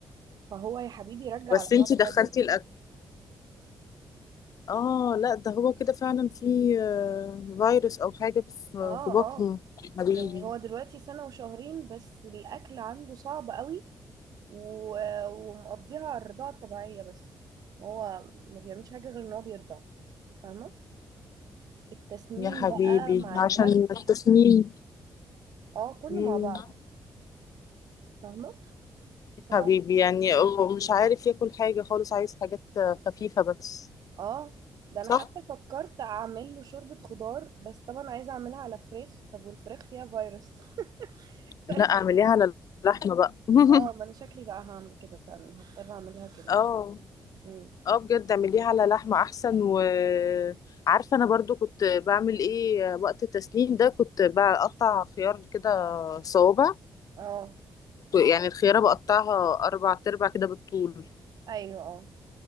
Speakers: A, on the right; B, on the left.
A: فهو يا حبيبي رجع
B: بس
A: على معده
B: انتي دخلتي
A: فاضيه
B: الأكل اه لا ده هو كده فعلا في آه، فيروس أو حاجة في
A: اه
B: في بطنه
A: اه
B: حبيبي
A: يعني هو دلوقتي سنه وشهرين بس الاكل عنده صعب قوي و... ومقضيها على الرضاعه الطبيعيه بس هو ما بيعملش حاجه غير ان هو بيرضع فاهمه التسنين
B: يا حبيبي
A: بقى مع
B: عشان
A: البرد
B: التسمين
A: اه كله
B: مم.
A: مع بعض فاهمة ف
B: حبيبي يعني هو مش عارف ياكل حاجة خالص عايز حاجات خفيفة بس
A: اه ده انا
B: صح؟
A: حتى فكرت اعمل له شوربة خضار بس طبعا عايزة اعملها على فراخ طب والفراخ فيها فيروس <laughs> ف...
B: لا اعمليها على اللحمة بقى <laughs>
A: اه ما انا شكلي بقى هعمل كده فعلا هضطر اعملها كده
B: اه
A: مم.
B: اه بجد اعمليها على لحمة احسن وعارفة انا برضو كنت بعمل ايه وقت التسنين ده كنت بقطع خيار كده صوابع
A: اه
B: يعني الخيارة بقطعها اربع تربع كده بالطول
A: ايوه اه